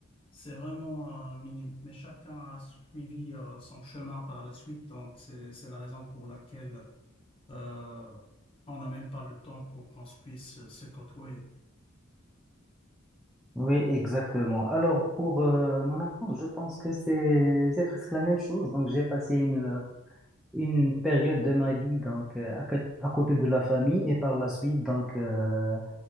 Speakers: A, on the left (about 25°); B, in the centre.
A: C'est vraiment euh, minime, mais chacun a suivi euh, son chemin par la suite, donc c'est c'est la raison pour laquelle euh, on n'a même pas le temps pour qu'on se puisse euh, se côtoyer.
B: Oui, exactement. Alors, pour euh, mon enfance, je pense que c'est, c'est presque la même chose. Donc, j'ai passé une une période de ma vie donc euh, à, côté à côté de la famille et par la suite donc euh,